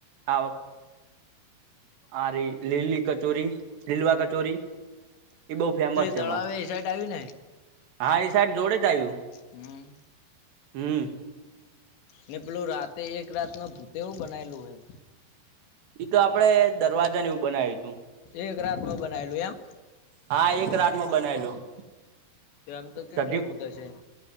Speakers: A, on the right; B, on the left.
A: આ આરી લીલી કચોરી. લીલવા કચોરી એ બહુ ફેમસ. છે
B: દળ
A: અમાર
B: આવેવે એ સ સાઇડ આવીને.
A: હા એ સાઈડ જોડે જ આવ્યું.
B: હમ.
A: હમ
B: ને પેલું રાતે એક રાતનું ભૂતેવું બનાયલું હોય.
A: તો આપડણે દરવાજા વું બનાવ્યું તું.
B: એક રાત ન બનાવેલું એમ-
A: હા એક રાત ન બનાયલું-
B: તો આમ તો કેટલો
A: સતી
B: ફૂત હશે-